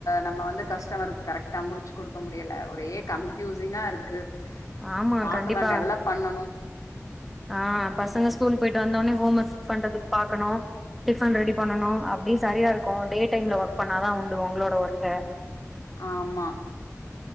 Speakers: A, on the left; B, in the centre.
A: நம்ம வந்து கஸ்டமருக்கு கரெக்டா முடிச்சு குடுக்க முடியல ஒரே கன்ஃபயூசிங்கா இருக்கு
B: ஆமா
A: பாக்கலா
B: கண்டிப்பா
A: டெவலப் பண்ணனு
B: ஆ பசங்க ஸ்கூல் போயிட்டு வந்தோனே ஹோம் ஒர்க் பண்றதுக்கு பாக்கணு டிஃபன் ரெடி பண்ணனு அப்டி சரியா இருக்கு டே டைம்ல ஒர்க் பண்ணாதா உண்டு உங்களோட ஒர்க்க <inaudible>
A: ஆமா